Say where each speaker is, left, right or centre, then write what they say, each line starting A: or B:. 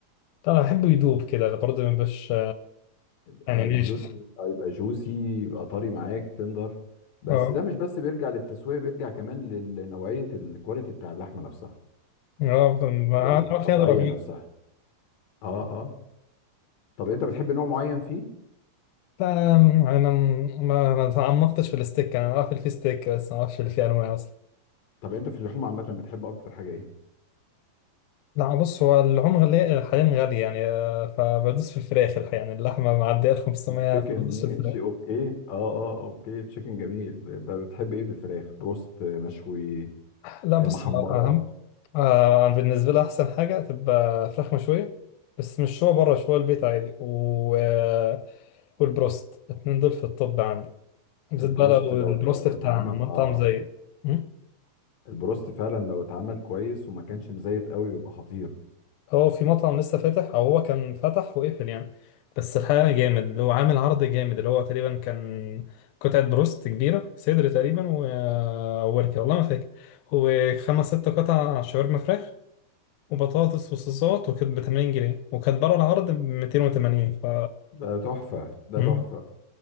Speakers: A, on the left; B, on the left.
A: طبعا بحبه يدوب كده برضه ما يبقاش يعني
B: آه،
A: ناشف
B: جوز يبقى جوسي يبقى طري معاك تندر بس
A: اه
B: ده مش بس بيرجع للتسويه بيرجع كمان لنوعيه الكواليتي بتاع اللحمه نفسها
A: اه ما
B: والقطعيه
A: اعرفش هذا رقم
B: نفسها اه اه طب انت بتحب نوع معين فيه
A: لا انا م- ما ما تعمقتش في الستيك انا عارف اللي فيه ستيك بس ما اعرفش اللي فيه انواع اصلا
B: طب انت في اللحوم عامه بتحب اكتر حاجه ايه
A: لا بص هو اللحوم غالية حاليا غالية يعني آه، فبدوس في الفراخ الح- يعني اللحمة معدية ال 500
B: تشيكن
A: فبدوس
B: ماشي
A: في الفراخ
B: اوكي اه اه اوكي تشيكن جميل ب- بتحب ايه في الفراخ بروست مشوي
A: لا بص
B: محمرة
A: هو أهم آه، أنا بالنسبة لي أحسن حاجة تبقى فراخ مشوية بس مش شوية بره شوية البيت عادي و... آه، والبروست الاتنين دول في الطب عندي بالذات
B: البروست
A: بقى لو
B: لو
A: البروست
B: لو
A: بتاع
B: اتعمل
A: مطعم
B: اه
A: زي م?
B: البروست فعلا لو اتعمل كويس وما كانش مزيت قوي بيبقى خطير
A: هو في مطعم لسه فاتح او هو كان فتح وقفل يعني بس الحقيقه جامد اللي هو عامل عرض جامد اللي هو تقريبا كان قطعه بروست كبيره صدر تقريبا و- ووركه والله ما فاكر وخمس ست قطع شاورما فراخ وبطاطس وصوصات وكانت ب 80 جنيه وكانت بره العرض ب 280 ف
B: ده تحفة ده
A: مم.
B: تحفة